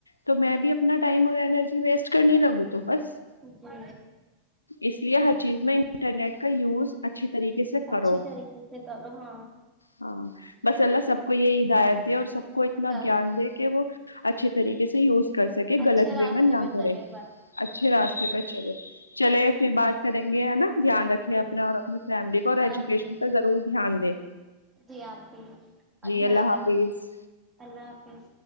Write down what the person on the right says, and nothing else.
جی
اچھی طریقے سے کرو ہاں
بس
اچھے
راستے
پہ
چلے بس
جی
آپ بھی
جی آپ بھی دھیان
رکھیں اللہ حافظ